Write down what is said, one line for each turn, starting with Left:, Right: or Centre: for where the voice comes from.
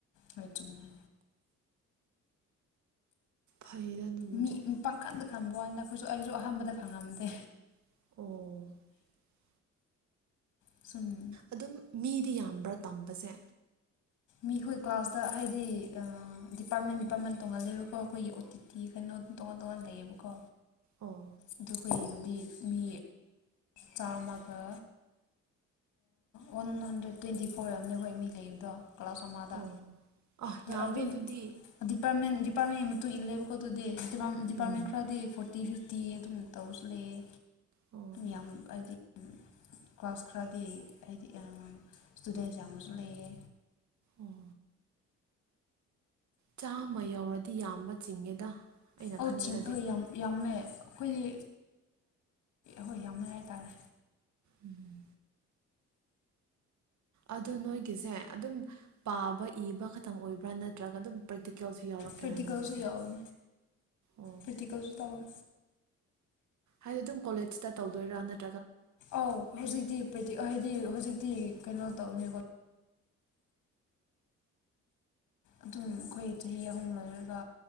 Left: ꯍꯣꯏ ꯆꯨꯃꯃꯦ
Right: ꯐꯩꯗ ꯑꯗꯨꯕꯨꯗꯤ
Left: ꯃꯤ ꯄꯥꯡꯈꯟꯗ ꯈꯪꯕ ꯋꯥ ꯅ ꯑꯩꯈꯣꯏꯁꯨ ꯑꯩꯁꯨ ꯑꯍꯥꯟꯕꯗ ꯈꯪꯉꯝꯗꯦ
Right: ꯑꯣ
Left: ꯁꯨꯝ
Right: ꯑꯗꯨꯝ ꯃꯤꯗꯤ ꯌꯥꯝꯕ꯭ꯔꯥ ꯇꯝꯕꯁꯦ
Left: ꯃꯤꯈꯣꯏ ꯀ꯭ꯂꯥꯁꯇ ꯍꯥꯏꯗꯤ ꯗꯤꯄꯥꯔꯠꯃꯦꯟ ꯗꯤꯄꯥꯔꯠꯃꯦꯟ ꯇꯣꯡꯍꯜꯂꯦꯕꯀꯣ ꯑꯩꯈꯣꯏꯒꯤ ꯑꯣ ꯇꯤ ꯇꯤ ꯀꯩꯅꯣ ꯑꯗꯨꯝ ꯇꯣꯉꯥꯟ ꯇꯣꯉꯥꯟ ꯂꯩꯌꯦꯕꯀꯣ
Right: ꯑꯣ
Left: ꯑꯗꯨ ꯑꯩꯈꯣꯏꯒꯤꯗꯗꯤ ꯃꯤ ꯆꯥꯝꯃꯒ ꯋꯥꯟ ꯍꯟꯗ꯭ꯔꯦꯠ ꯇ꯭ꯋꯦꯟꯇꯤ ꯐꯣꯔ ꯑꯣꯏꯝꯅꯦ ꯍꯣꯏ ꯃꯤ ꯂꯩꯕꯗꯣ ꯀ꯭ꯂꯥꯁ ꯑꯃꯗ
Right: ꯑꯣ ꯑꯥ ꯌꯥꯝꯃꯦ
Left: ꯑꯗꯨꯝ
Right: ꯑꯗꯨꯗꯤ
Left: ꯗꯤꯄꯥꯔꯠꯃꯦꯟ ꯗꯤꯄꯥꯔꯠꯃꯦꯟ ꯇꯨꯡ ꯏꯜꯂꯦꯕꯀꯣ ꯑꯗꯨꯗꯤ ꯗꯤꯄꯥꯔꯠꯃꯦꯟ
Right: ꯎꯝ
Left: ꯈꯔꯗꯤ ꯐꯣꯔꯇꯤ ꯐꯤꯐꯇꯤ ꯑꯗꯨꯝ ꯇꯧꯕꯁꯨ ꯂꯩꯑ
Right: ꯑꯣ
Left: ꯌꯥꯝ ꯑꯗꯤ ꯀ꯭ꯂꯥꯁ ꯈꯔꯗꯤ ꯍꯥꯗꯤ ꯑꯥ ꯏꯁꯇꯨꯗꯦꯟꯁ ꯌꯥꯝꯕꯁꯨ ꯂꯩꯌꯦ
Right: ꯎ <inaudible> ꯆꯥꯃ ꯌꯧꯔꯗꯤ ꯌꯥꯝꯕ ꯆꯤꯡꯉꯦꯗ ꯑꯩꯅ
Left: ꯑꯧ
Right: ꯈꯟꯕꯗꯗꯤ
Left: ꯆꯤꯡꯑꯦ ꯌꯥꯝ ꯌꯥꯝꯃꯦ ꯑꯩꯈꯣꯏꯗꯤ ꯍꯣꯏ ꯌꯥꯝꯃꯦ ꯍꯥꯏꯇꯥꯥꯔꯦ
Right: ꯎꯝ ꯑꯗꯣ ꯅꯣꯏꯒꯤꯁꯦ ꯑꯗꯨꯝ ꯄꯥꯕ ꯏꯕ ꯈꯛꯇꯪ ꯑꯣꯏꯕ꯭ꯔꯥ ꯅꯠꯇ꯭ꯔꯒ ꯑꯗꯨꯝ ꯄ꯭ꯔꯛ ꯇꯤꯀꯦꯜꯁꯨ ꯌꯥꯎꯔꯛꯀꯦꯔꯥ
Left: ꯄ꯭ꯔꯦꯛꯇꯤꯀꯜꯁꯨ
Right: ꯅꯣꯏꯒꯤꯁꯦ
Left: ꯌꯥꯎꯋꯦ
Right: ꯑꯣ
Left: ꯄ꯭ꯔꯦꯛꯇꯤꯀꯦꯜꯁꯨ ꯇꯧꯋꯦ
Right: ꯍꯥꯏꯗꯤ ꯑꯗꯨꯝ ꯀꯣꯂꯦꯖꯇ ꯇꯧꯗꯣꯏꯔꯥ ꯅꯠꯇ꯭ꯔꯥ
Left: ꯑꯧ ꯍꯧꯖꯤꯛꯇꯤ ꯄ꯭ꯔꯦꯛꯇꯤ ꯍꯥꯏꯗꯤ ꯍꯧꯖꯤꯛꯇꯤ ꯀꯩꯅꯣ ꯇꯧꯅꯦꯀꯣ ꯑꯗꯨꯝ ꯑꯩꯈꯣꯏ ꯆꯍꯤ ꯑꯍꯨꯝ ꯂꯣꯏꯔꯒ